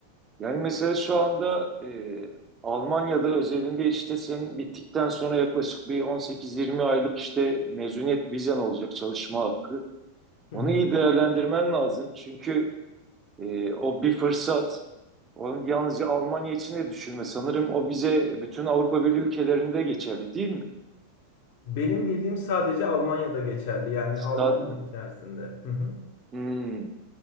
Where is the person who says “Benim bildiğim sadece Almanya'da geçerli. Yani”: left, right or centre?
Left